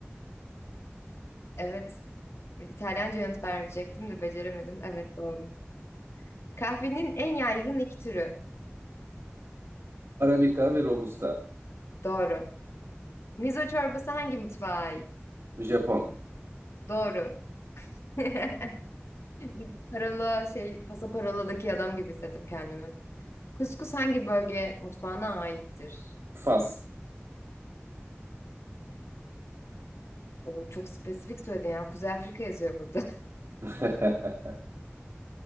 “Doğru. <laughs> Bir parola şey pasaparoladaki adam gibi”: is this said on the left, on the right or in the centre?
Left